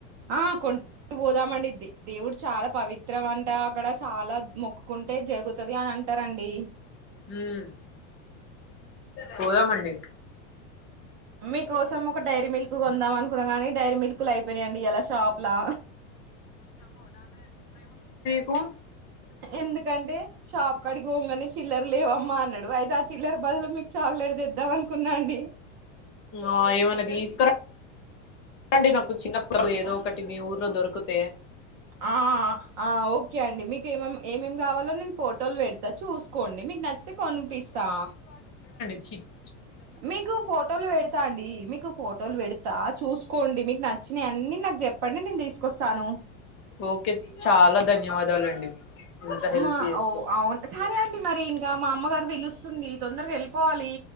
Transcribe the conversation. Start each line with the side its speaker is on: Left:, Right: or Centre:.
Right: ఆ కొం పోదామండిది దేవుడు చాలా పవిత్రం అంట అక్కడ చాలా మొక్కుకుంటే జరుగుతది అని అంటరండి
Left: ఉమ్ పోదామండి
Right: మీకోసం ఒక డైరీ మిల్క్ కొందాం అనుకున్నా గాని డైరీ మిల్క్లు అయిపోనాయండి ఇలా షాప్లా
Left: కు
Right: ఎందుకంటే షాప్ అడిగగానే చిల్లర లేవమ్మా అన్నాడు అయితే చిల్లర్ బదులు మీక్ చాక్లెట్ తెద్దాం అనుకున్నా అండి
Left: ఆ ఏమన్నా తీసుకరా అంటే నాకు చిన్న ప ఏదో ఒకటి మీ ఊర్లో దొరికితే
Right: ఆ ఆ ఓకే అండి మీకేమ ఏఎం ఏం కావాలో నేను ఫోటోలు పెడతా చూసుకోండి మీకు నచ్చితే కొనిపిస్తా
Left: చిట్
Right: మీకు ఫోటోలు పెడతా అండి మీకు ఫోటోలు పెడతా చూసు కోండి మీకు నచ్చినవి అన్నీ నాకు చెప్పండి నేను తీసుకొస్తాను
Left: ఓకే చాలా ధన్యవాదాలండి ఇంత హెల్ప్
Right: మా
Left: చేస్తురు
Right: ఓ అవును సరే అండి మరి ఇంకా మా అమ్మగారు పిలుస్తూ చంది తొందరగా వెళ్ిపోవాలి